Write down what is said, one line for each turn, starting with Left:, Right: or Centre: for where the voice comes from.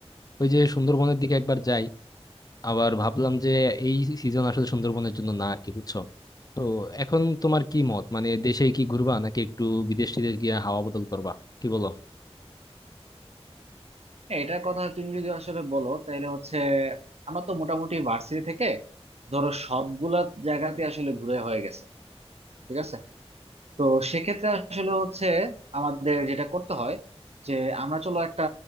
Left: ওই যে সুন্দরবনের দিকে একবার যাই আবার ভাবলাম যে এই সিজন আসলে সুন্দরবনের জন্য না আর কি বুঝছো তো এখন তোমার কি মত মানে দেশে কি ঘুরবা নাকি একটু বিদেশ টিদেশ গিয়ে হাওয়া বদল করবা কি বলো
Right: হ্যাঁ, এটার কথা তুমি যদি আসলে বলো তাহলে হচ্ছে আমরা তো মোটামুটি ভার্সিটি থেকে ধরো সবগুলা জায়গাতে আসলে ঘুরে হয়ে গেছে ঠিক আছে তো সেক্ষেত্রে আসলে হচ্ছে আমাদের যেটা করতে হয় যে আমরা চলো একটা